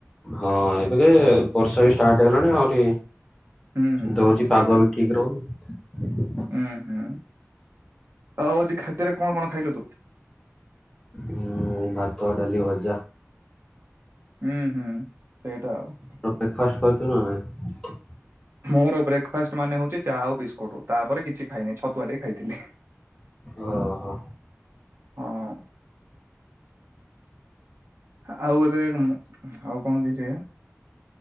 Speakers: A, on the left; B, on the right.
A: ହଁ ଏବେ କି ବର୍ଷା ବି ଷ୍ଟାର୍ଟ ହେଲାଣି ଆହୁରି।
B: ହୁଁ
A: ଦଉଛି
B: ସେଇଟା।
A: ପାଗ ବି ଠିକ ରହୁନି।
B: ହୁଁ ହୁଁ ଆଉ ଆଜି ଖାଦ୍ୟରେ କଣ କଣ ଖାଇଲୁ ତୁ?
A: ମୁଁ ଭାତ ଡାଲି ଭଜା।
B: ହୁଁ ହୁଁ ସେଇଟା ଆଉ।
A: ବ୍ରେକ୍ଫଫାଷ୍ଟ କରିଥିଲୁ ନା ନାହିଁ?
B: ମୋର ବ୍ରେକ୍ଫାଫାଷ୍ଟ ମାନେ ହଉଛି ଚା ଆଉ ବିସ୍କୁଟ ତାପରେ କିଛି ଖାଇନି ଛତୁଆ ଟିକେ ଖାଇଥିଲି।
A: ଓହୋ।
B: ହଁ। ଆଉ ଏବେ ଆଉ କଣ ଦେଇଛି?